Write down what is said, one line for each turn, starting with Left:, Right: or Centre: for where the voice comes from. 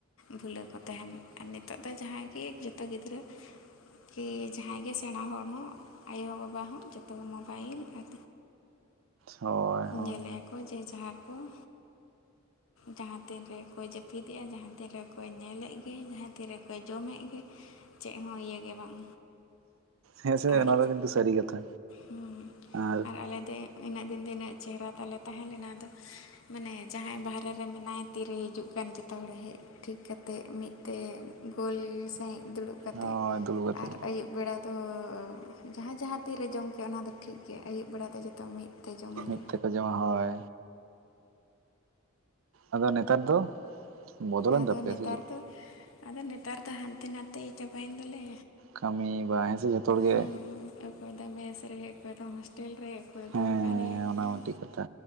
Left: ᱵᱷᱩᱞᱟᱹᱣ ᱠᱚ ᱛᱟᱦᱮᱱ ᱟᱨ ᱱᱤᱛᱚᱜ ᱫᱚ ᱡᱟᱦᱟᱸᱭ ᱜᱮ ᱡᱚᱛᱚ ᱜᱤᱫᱽᱨᱟᱹ ᱠᱤ ᱡᱟᱦᱟᱸᱭ ᱜᱮ ᱥᱮᱬᱟ ᱦᱚᱲ ᱦᱚᱸ ᱟᱭᱳᱵᱟᱵᱟ ᱦᱚᱸ ᱡᱚᱛᱚ ᱢᱚᱵᱟᱭᱤᱞ ᱟᱨ
Right: ᱦᱳᱭ ᱦᱳᱭ
Left: ᱧᱮᱞᱮᱫᱼᱟ ᱡᱮ ᱡᱟᱨ ᱠᱚ ᱡᱟᱦᱟᱸ ᱛᱤᱱ ᱨᱮᱠᱚ ᱡᱟᱹᱯᱤᱫᱮᱜᱼᱟ ᱡᱟᱦᱟᱸ ᱛᱤᱱ ᱨᱮᱠᱚ ᱧᱮᱞᱮᱫ ᱜᱮ ᱡᱟᱦᱟᱸ ᱛᱤᱱ ᱨᱮᱠᱚ ᱡᱚᱢᱮᱫ ᱜᱮ ᱪᱮᱫ ᱦᱚᱸ ᱤᱭᱮ ᱵᱟᱝ
Right: ᱦᱮᱸᱥᱮ
Left: ᱟᱨ
Right: ᱱᱚᱣᱟ ᱫᱚ ᱠᱤᱱᱛᱩ ᱥᱟᱹᱨᱤ ᱠᱟᱛᱷᱟ
Left: ᱦᱩᱸ
Right: ᱟᱨ
Left: ᱟᱞᱮ ᱫᱚ ᱤᱱᱟᱹᱜ ᱫᱤᱱ ᱛᱤᱱᱟᱹᱜ ᱪᱮᱦᱨᱟ ᱛᱟᱞᱮ ᱛᱟᱦᱮᱸ ᱞᱮᱱᱟ ᱟᱫᱚ ᱢᱟᱱᱮ ᱡᱟᱦᱟᱸᱭ ᱵᱟᱦᱨᱮ ᱨᱮ ᱢᱮᱱᱟᱭ ᱛᱤᱨᱮ ᱦᱤᱡᱩᱜ ᱠᱟᱱ ᱡᱚᱛᱚ ᱦᱚᱲ ᱦᱮᱡ ᱴᱷᱤᱠ ᱠᱟᱛᱮᱫ ᱢᱤᱫ ᱛᱮ ᱜᱳᱞ ᱥᱟᱹᱦᱤᱡ ᱫᱩᱲᱩᱵ ᱠᱟᱛᱮᱫ
Right: ᱦᱳᱭ ᱫᱩᱲᱩᱵ ᱠᱟᱛᱮᱫ
Left: ᱟᱨ ᱟᱹᱭᱩᱵ ᱵᱮᱲᱟ ᱛᱚᱻ ᱡᱟᱦᱟᱸᱭ ᱡᱟᱦᱟᱸ ᱛᱤᱨᱮ ᱡᱚᱢᱠᱮ ᱚᱱᱟᱫᱚ ᱴᱷᱤᱠ ᱜᱮᱭᱟ ᱟᱹᱭᱩᱵ ᱵᱮᱲᱟ ᱫᱚ ᱡᱚᱛᱚ ᱢᱤᱫ ᱛᱮ ᱡᱚᱢᱟ
Right: ᱢᱤᱫ
Left: ᱞᱮ
Right: ᱛᱮᱠᱚ ᱡᱚᱢᱟ ᱦᱳᱭ ᱟᱫᱚ ᱱᱮᱛᱟᱨ ᱫᱚ ᱵᱚᱫᱚ ᱞᱮᱱ
Left: ᱟᱫᱚ
Right: ᱛᱟᱯᱮᱭᱟ
Left: ᱱᱮᱛᱟᱨ
Right: ᱥᱮ ᱪᱮᱫ
Left: ᱫᱚ ᱟᱫᱚ ᱱᱮᱛᱟᱨ ᱫᱚ ᱦᱟᱱᱛᱮ ᱱᱟᱛᱮ ᱪᱟᱵᱟᱭᱮᱱ ᱫᱚ ᱞᱮ
Right: ᱠᱟᱹᱢᱤ ᱵᱟ ᱦᱮᱸᱥᱮ ᱡᱚᱛᱚ ᱦᱚᱲ ᱜᱮ
Left: ᱦᱩᱸ ᱚᱠᱚᱭᱫᱚ ᱢᱮᱥᱨᱮ ᱚᱠᱚᱭᱫᱚ ᱦᱳᱥᱴᱮᱞ ᱨᱮ ᱚᱠᱚᱭᱫᱚ
Right: ᱦᱮᱸ
Left: ᱚᱠᱟᱨᱮ
Right: ᱚᱱᱟ
Left: ᱦᱮᱸ
Right: ᱦᱚ ᱢᱤᱫᱴᱤᱡ ᱠᱟᱛᱷᱟ